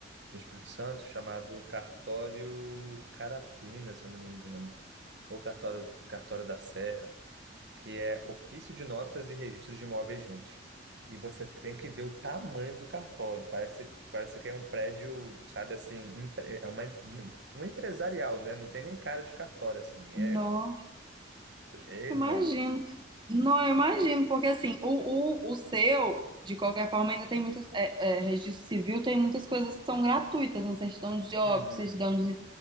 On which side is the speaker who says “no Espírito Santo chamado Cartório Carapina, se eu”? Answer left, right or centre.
Right